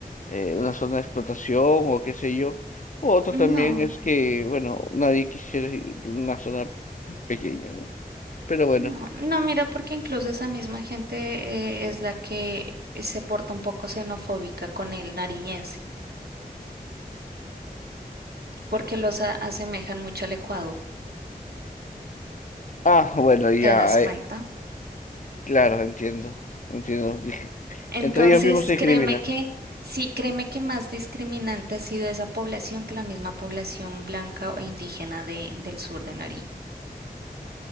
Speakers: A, on the left; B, on the right.
A: eh, una zona de explotación o qué sé yo. O otro
B: No.
A: también es que, bueno, nadie quisiera ir a una zona pequeña, ¿no? Pero bueno.
B: No, no, mira, porque incluso esa misma gente eh, es la que se porta un poco xenofóbica con el nariñense, porque los a- asemejan mucho al Ecuador,
A: Ah, bueno, ya,
B: ¿te das cuenta?
A: eh, claro, entiendo, entiendo. Dij-
B: Entonces,
A: Entre ellos mismos se
B: créeme
A: discriminan.
B: que, sí, créeme que más discriminante ha sido esa población que la misma población blanca o indígena de, del sur de Nariño.